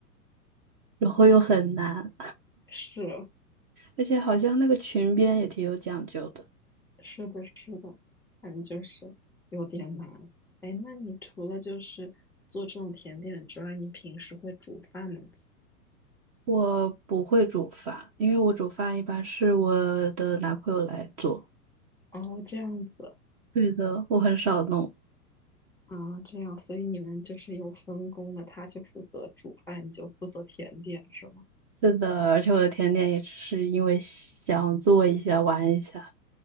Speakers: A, on the right; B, in the centre.
A: 然后又很难，
B: 是
A: 而且好像那个裙边也挺有讲究的。
B: 是的，是的，反正就是有点难。哎，那你除了就是做这种甜点之外，你平时会煮饭吗？自己
A: 我不会煮饭，因为我煮饭一般是我的男朋友来做。
B: 哦，这样子
A: 对的，我很少弄。
B: 啊，这样，所以你们就是有分工的，他就负责煮饭，你就负责甜点，是吗？
A: 是的，而且我的甜点也只是因为想做一下玩一下。